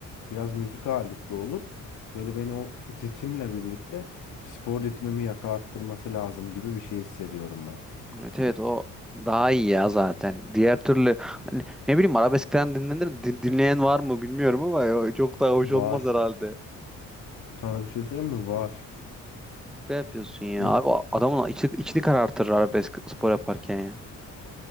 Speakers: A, on the left; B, in the centre.
A: Biraz müzik ağırlıklı olup böyle beni o ritimle birlikte spor ritmimi yakalattırması lazım gibi bir şey hissediyorum ben.
B: Evet evet o daha iyi ya zaten. Diğer türlü hani ne bileyim arabesk falan dinlenir, din- dinleyen var mı bilmiyorum ama o çok daha hoş
A: Var.
B: olmaz herhalde.
A: Sana bir şey söyleyeyim mi? Var.
B: Şaka yapıyorsun ya.
A: Ya,
B: Abi o adamın içini, içini karartır arabesk spor yaparken ya.